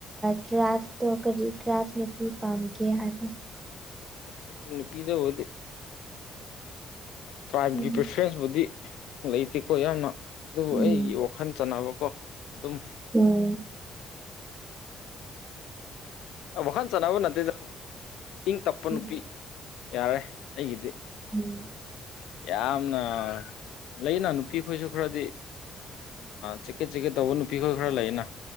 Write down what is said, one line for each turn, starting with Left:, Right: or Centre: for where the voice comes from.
Right: ꯀꯂꯥꯁꯇꯣ ꯀꯔꯤ ꯀꯂ꯭ꯥꯁ ꯅꯨꯄꯤ ꯄꯝ ꯀꯦ ꯍꯥꯏꯕ
Left: ꯑꯩꯗꯤ ꯅꯨꯄꯤꯅ ꯎꯔꯗꯤ ꯇ꯭ꯔꯥꯏꯕꯀꯤ
Right: ꯎꯝ
Left: ꯄ꯭ꯔꯦꯇꯤꯁꯕꯨꯗꯤ ꯂꯩꯇꯦꯀꯣ ꯌꯥꯝꯅ ꯑꯗꯨꯕꯨ
Right: ꯎꯝ
Left: ꯑꯩꯒꯤ ꯋꯥ ꯋꯥꯈꯜ ꯆꯥꯟꯅꯕꯀꯣ ꯑꯗꯨꯝ
Right: ꯎꯝ
Left: ꯋꯥꯈꯜ ꯆꯥꯟꯅꯕ ꯅꯠꯇꯦꯗ ꯏꯪ ꯇꯞꯄ
Right: ꯎꯝ
Left: ꯅꯨꯄꯤ ꯌꯥꯔꯦ ꯑꯩꯒꯤꯗꯤ
Right: ꯎꯝ
Left: ꯌꯥꯝꯅ ꯂꯩꯅ ꯅꯨꯄꯤ ꯈꯣꯏꯁꯨ ꯈꯔꯗꯤ ꯆꯤꯀꯦꯠ ꯆꯤꯀꯦꯠ ꯇꯧꯕ ꯅꯨꯄꯤ ꯈꯣꯏ ꯈꯔ ꯂꯩꯌꯦꯅ